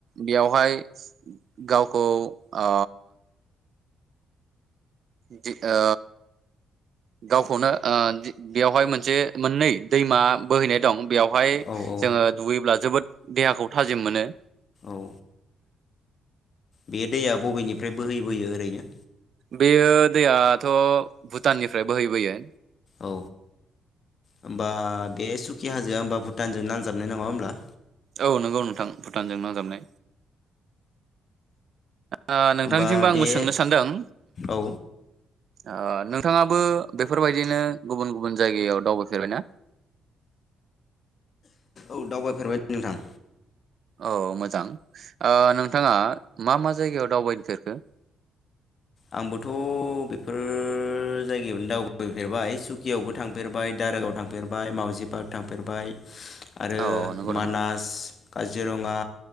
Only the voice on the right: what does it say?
बेयावहाय गावखौ ओ जि ओ गावखौनो बेयावहाय मोनसे मोननै दैमा बोहैनाय दं बेवहाय
जोङो दुगैयोब्ला जोबोद देहाखौ थाजिम मोनो।
बेयो दैयाथ' भुटाननिफ्राय बोहैबोयो।
औ नंगौ नोंथां भुटानजों नांजाबनाय। ओ नोंथांनिसिमबो
आंबो
सोंनो सानदों उम।
ओ नोंथाङाबो बेफोरबायदिनो गुबुन गुबुन जायगायाव दावबायफेरबायना?
औ मोजां ओ नोंथाङा मा मा जायगायाव दावबायफेरखो?
औ नंगौ
नामा